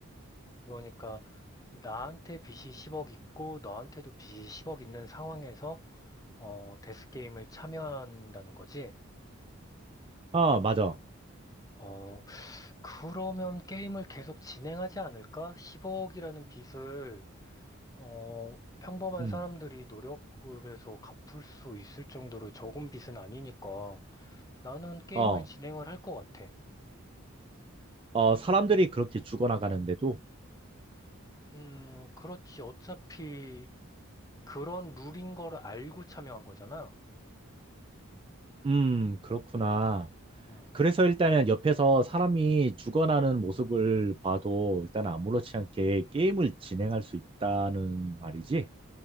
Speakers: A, on the left (about 15°); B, on the right (about 25°).
A: 그러니까 나한테 빚이 10억 있고 너한테도 빚이 10억 있는 상황에서 어, 데스 게임을 참여한다는 거지.
B: 어, 맞아.
A: 어, 그러면 게임을 계속 진행하지 않을까? 10억이라는 빚을 어, 평범한
B: 음.
A: 사람들이 노력을 해서 갚을 수 있을 정도로 적은 빚은 아니니까 나는 게임을
B: 어.
A: 진행을 할 것 같아.
B: 어, 사람들이 그렇게 죽어나가는데도,
A: 음, 그렇지. 어차피 그런 룰인 걸 알고 참여한 거잖아.
B: 음, 그렇구나.
A: 음.
B: 그래서 일단은 옆에서 사람이 죽어나는 모습을 봐도 일단 아무렇지 않게 게임을 진행할 수 있다는 말이지?